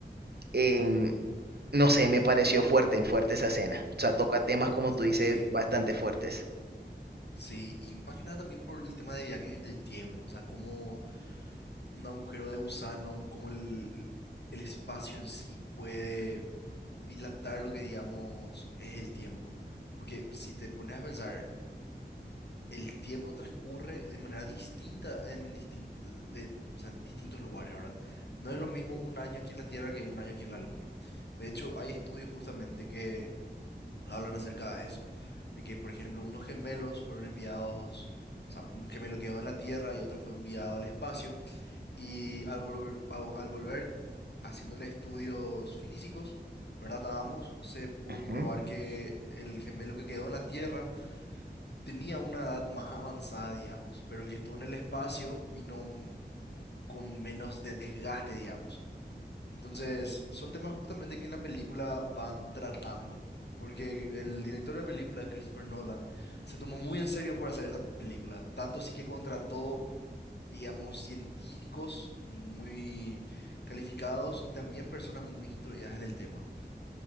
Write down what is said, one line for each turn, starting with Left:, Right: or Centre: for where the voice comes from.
Right: em, no sé, me pareció fuerte, fuerte esa escena. O sea, toca temas como tú
Left: Sí,
Right: dices, bastante fuertes.
Left: sí, y más que nada también por el tema de viajes en el tiempo, o sea, cómo un agujero de gusano, cómo el, el espacio en sí puede dilatar lo que digamos es el tiempo. Porque si te pones a pensar, el tiempo transcurre de manera distinta en, distin- de- de- o sea, en distintos lugares, ¿verdad? No es lo mismo un año aquí en la Tierra que un año aquí en la Luna. De hecho, hay estudios justamente que hablan acerca de eso, de que, por ejemplo, unos gemelos fueron enviados, o sea, un gemelo quedó en la Tierra y otro fue enviado al espacio, y al volver, al al volver haciéndole estudios físicos, ¿verdad? A ambos se pudo
Right: Ujú.
Left: comprobar que el gemelo que quedó en la Tierra, tenía una edad más avanzada, digamos, pero el que estuvo en el espacio vino m- con menos desgaste, digamos. Entonces, son temas justamente que en la película van tratando, porque el director de la película, Christopher Nolan, se tomó muy en serio por hacer esta película, tanto así que contrató, digamos, científicos muy calificados y también personas muy instruidas en el tema.